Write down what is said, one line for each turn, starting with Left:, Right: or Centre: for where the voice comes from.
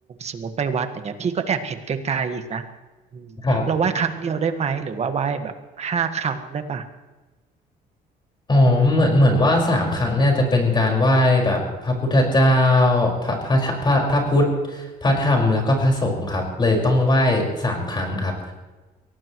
Right: สมมติไปวัดอย่างเงี้ยพี่ก็แอบเห็นไกลๆอีกนะอืมเราไหว้ครั้งเดียวได้ไหมหรือว่าไหว้แบบห้าครั้งได้ปะ
Left: ครับ อ๋อเหมือนเหมือนว่าสามครั้งเนี่ยจะเป็นการไหว้แบบพระพุทธเจ้าพระพระพระพระพุทธ พระธรรมแล้วก็พระสงฆ์ครับเลยต้องไหว้สามครั้งครับ